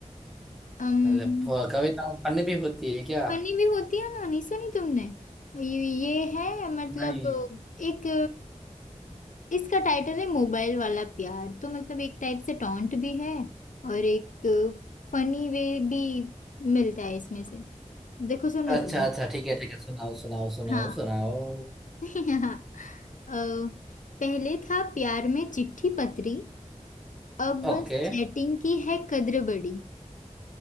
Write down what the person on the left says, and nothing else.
अम
फनी भी होती है ना नहीं सुनी तुमने ये ये है मतलब
एक इसका टाइटल है मोबाइल वाला प्यार तो मतलब एक टाइप से टॉन्ट भी है और एक फनी वे भी मिलता है इसमें से देखो सुनो
तुम
हाँ
<laughs> हाँ अ, पहले था प्यार में चिट्ठी पत्री अब
बस चैटिंग की है कद्र बड़ी